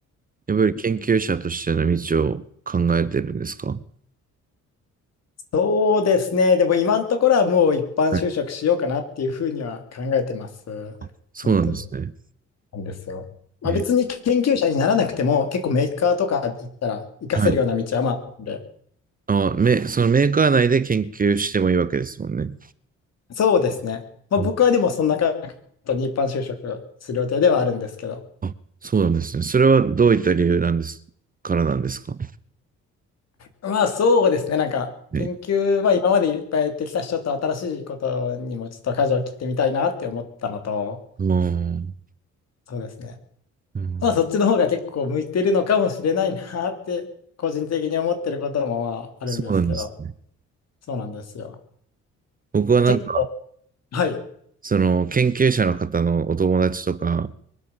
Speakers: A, on the right; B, on the left.
A: やっぱり研究者としての道を考えてるんですか
B: そうですね。でも今のところはもう一般就職しようかなっていうふうには考えてます。
A: はいあそうなんですね。
B: 本当に。なんですよ。まあ、
A: えー、
B: 別に研究者にならなくても結構メーカーとか行ったら活かせるような道はまああるんで。
A: はい。あ、め、そのメーカー内で研究してもいいわけですもんね。
B: そうですね。まあ、
A: うん
B: 僕はでもそんな感じに一般就職する予定ではあるんですけど。
A: あ、そうなんですね。それはどういった理由なんですからなんですか
B: まあそうですね。なんか研究は今までいっぱいやってきたし、
A: ね。
B: ちょっと新しいことにもちょっと舵を切ってみたいなって思ったのと、
A: あー
B: そうですね。
A: うん
B: まあ、そっちの方が結構向いてるのかもしれないなって、<laughs> 個人的に思ってることもまああるんですけど、
A: そうなんですね。
B: そうなんですよ。
A: 僕はなんか、
B: あ、結構、はい、
A: その研究者の方のお友達とか、